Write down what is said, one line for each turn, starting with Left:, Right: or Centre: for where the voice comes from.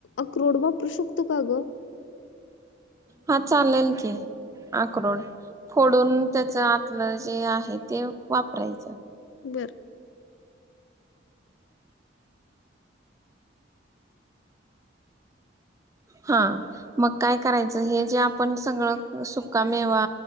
Left: अक्रोड वापरू शकतो का ग.
Right: हा चालेल की आकोड फोडून त्याच आतलं जे आहे. ते वापरायचं.
Left: बरं.
Right: हा मग काय करायचं हे जे आपण सगळं सुका मेवा